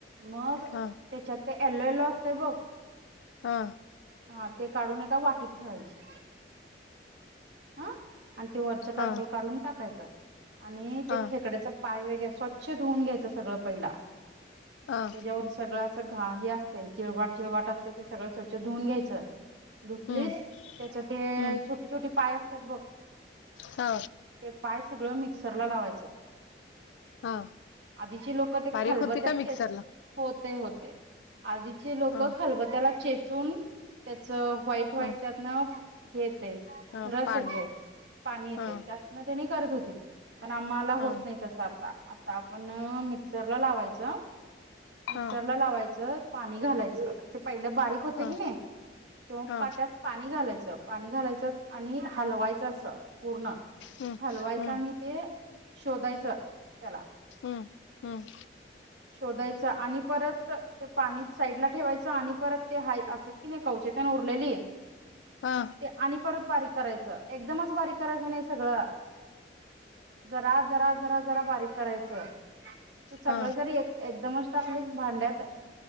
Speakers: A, on the right; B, on the left.
A: मग
B: हा
A: त्याच्यात ते एलो येलो असतय बघ
B: हा
A: हा ते काढून एका वाटीत ठेवायचे. हा आणि ते वरच
B: हा
A: टर्फल काढून घायचा आणि
B: हा
A: ते खेकड्याच पाय वग स्वच्छ धुऊून घ्यायचं सगळं पहिला
B: हा
A: त्याज्यावर सगळं अस घा हे असतय चिळवाट चिळवाट असतय ते सगळ स्वच्छ च्छ धुवून घ्यायच धुतलीस
B: हम्म
A: त्याच्या ते
B: हम्म
A: छोटी छोटी पाय असत्यात बघ
B: हा
A: ते पाय सगळं मिक्सरला लावायचं.
B: हा.
A: आधीचे लोक ते
B: बारीक
A: खलबत्यात
B: होते का मिक्सरला
A: चेच होतय होतय. आधीचे लोक
B: हा
A: खलबत्याला चेचून त्याचं चं व्हाईट व्हाईट
B: हा
A: त्यातन हे येतय
B: हा
A: रस
B: पाणी
A: येतय पाणी येतय.
B: हा
A: त्यातन त्यांनी करत होती पण आ मला
B: हा
A: होत नाही तसं आता आता आपण मिकं मिक्सर ला लावायचं. मिक्सरला
B: हा
A: लावायचं पाणी घालायचं. ते पहिलं बारीक होतय
B: हा
A: की नाय तेव्हा
B: हा
A: पा त्यात पाणी घालायचं. पाणी घालायचं आणि हलवायचं असं पूर्ण
B: हम्म
A: हलवायचं
B: हम्म
A: आणि ते शोधायचं त्याला
B: हम्म हम्म
A: शोधायच आणि परत ते पाणी साईड ला ठेवायचं आणि परत ते हाय असतात की नाय कवचे तेन उरलेली
B: हा
A: आणि परत बारीक करायचं. एकदमच बारीक करायचं नाही सगळं. जरा जरा जरा जरा बारीक करायच. तू सग
B: हा
A: <unintelligible> तू जरी एकदमच टाकलं भांड्यात